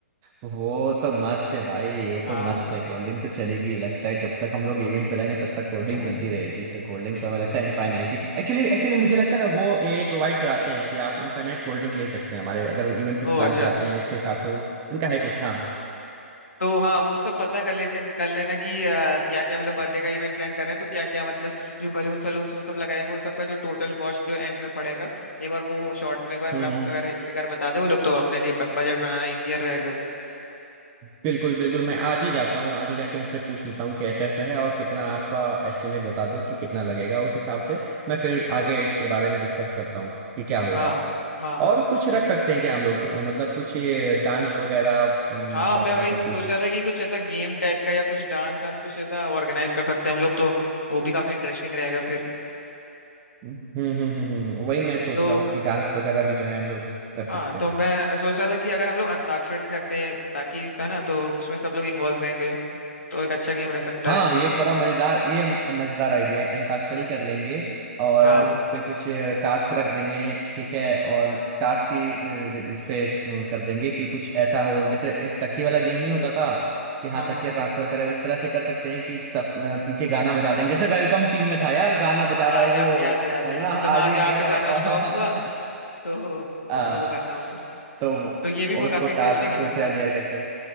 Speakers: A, on the right; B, on the left.
A: वो तो मस्त है भाई वो
B: हाँ
A: तो मस्त है कोल्ड ड्रिंक तो चलेगी लगता है जब तक हम लोग इवेंट पे रहेंगे तब तक कोल्ड
B: <laughs>
A: ड्रिंक चलती रहेगी तो कोल्ड ड्रिंक
B: बिल्कुल
A: तो हमें लगता है इनफाइनाइट ही एक्चुअली एक्चुअली मुझे लगता है ना वो ये प्रोवाइड कराते हैं कि आप इनफाइनाइट कोल्ड ड्रिंक ले सकते हैं हमारे अगर वो इवेंट कुछ
B: ओ
A: प्लान
B: अच्छा
A: कराते हैं उसके हिसाब से वो उनका है कुछ हाँ
B: तो हाँ वो सब पता कर ले कर लेना कि क्या क्या मतलब बर्थडे का इवेंट प्लान कर रहे हैं तो क्या क्या मतलब जो बलून सलून वो सब लगाएंगे वो सबका जो टोटल कॉस्ट जो एंड में पड़ेगा एक बार वो शॉर्ट में एक बार
A: हम्म
B: रफ
A: हम्म
B: अगर फिगर बता दे वो लोग तो अपने लिए बजट बनाना इजियर रहेगा
A: बिल्कुल बिल्कुल मैं आज ही जाता हूँ आज ही जाके उनसे पूछ लेता हूँ कि ऐसा ऐसा है और कितना आपका एस्टिमेट बता दो कि कितना लगेगा उस हिसाब से मैं फिर आगे इसके बारे में डिस्कस करता हूँ कि क्या होगा
B: हाँ हाँ हाँ
A: और कुछ
B: हम्म,
A: रख सकते हैं क्या हम लोग अ, मतलब कुछ ये डांस वगैरह म,
B: हाँ
A: मतलब
B: मैं वही
A: ऐसा
B: सोच
A: कुछ
B: रहा था कि कुछ ऐसा गेम टाइप का या कुछ डांस वांस कुछ ऐसा ऑर्गेनाइज कर सकते हैं हम लोग तो वो भी काफी इंटरेस्टिंग रहेगा फिर
A: हम्म हम्म हम्म हम्म, हम्म, वही मैं सोच
B: तो
A: रहा हूँ कि डांस वगैरह भी जो है हम लोग कर सकते
B: हाँ तो
A: हैं
B: मैं सोच रहा था कि अगर हम लोग अंताक्षरी रख दें ताकि है ना तो उसमें सब लोग इन्वॉल्व रहेंगे तो एक अच्छा गेम रह सकता
A: हाँ
B: है
A: ये बड़ा मजेदार ये मजेदार आइडिया है अंताक्षरी कर लेंगे और
B: हाँ
A: उस पे कुछ टास्क रख देंगे ठीक है और टास्क की अ, उस पे कर देंगे कि कुछ ऐसा हो जैसे एक तकिया वाला गेम नहीं होता था कि हाँ
B: हाँ हाँ
A: तकिया ट्रांसफर करे इस तरह से कर सकते हैं कि सब अ, पीछे गाना बजा देंगे जैसे वेलकम सीन में था यार गाना बजा
B: हाँ
A: रहा है वो
B: या, याद है याद
A: है
B: है
A: ना
B: मतलब
A: आरडीएक्स
B: हाँ जहाँ
A: भाई
B: पे गाना
A: और और-
B: स्टॉप
A: है
B: हुआ
A: ना
B: तो
A: <laughs> आ,
B: उसको वो करना होगा
A: तो
B: तो ये भी वो
A: उसको
B: काफी
A: टास्क
B: इंटरेस्टिंग है
A: तो
B: मतलब
A: थोड़ा देर करके